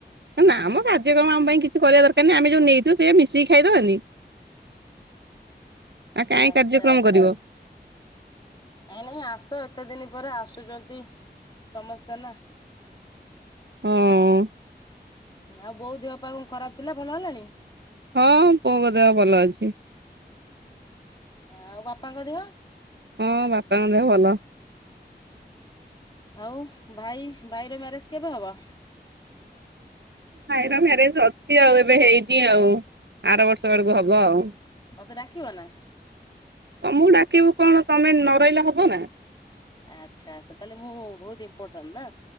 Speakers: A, on the right; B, on the left.
A: ନା ମ କାର୍ଯ୍ୟକ୍ରମ ଆମ ପାଇଁ କିଛି କରିବା ଦରକାରହିଁ ଆମେ ଯୋଉ ନେଇଥିବୁ ସେଇଆ ମିଶିକି ଖାଇଦବାନି। <inaudible>
B: ଆଚ୍ଛା
A: କାର୍ଯ୍ୟକ୍ରମ
B: ଆଚ୍ଛା।
A: କରିବ
B: ନାଇଁ ନାଇଁ ଆସ ଏତେ ଦିନି ପରେ ଆସୁଛନ୍ତି ସମସ୍ତେ ନା।
A: ହଁ
B: ଆଉ ବୋଉ ଦେହ ପା କଣ ଖରାପ ଥିଲା ଭଲ ହେଲାଣି?
A: ହଁଁ ବୋଉଙ୍କ ଦେହ ଭଲ ଅଛି।
B: ଆଉ ବାପାଙ୍କ ଦେହ?
A: ହଁ ବାପାଙ୍କ ଦେହ ଭଲ।
B: ଆଉ ଭାଇ ଭାଇର ମ୍ୟାରେଜ କେବେ ହବ?
A: ଭାଇର ମ୍ୟାରେଜ ଅଛି ଆଉ ଏବେ ହେଇନି ଆଉ ଆର ବର୍ଷ ଆଡ଼କୁ ହବ ଆଉ।
B: ମତେ ଡାକିବ ନା?
A: ତମକୁ ଡାକିବୁ କଣ ତମେ ନରହିଲେ ହବ ନା।
B: ଆଚ୍ଛା ତ ତାହେଲେ ମୁଁ ବହୁତ ଇମ୍ପୋର୍ଟାଣ୍ଟ ନା।